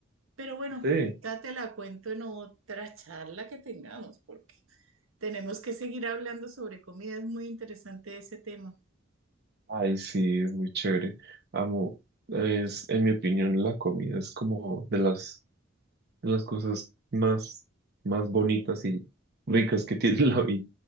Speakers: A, on the right; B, on the right.
A: Pero bueno,
B: Sí.
A: ya te la cuento en otra charla que tengamos, porque Tenemos que seguir hablando sobre comida, es muy interesante ese tema,
B: Ay, sí, es muy chévere. Amo, es, en mi opinión, la comida es como de las, de las cosas más, más bonitas y ricas que <laughs> tiene la vida.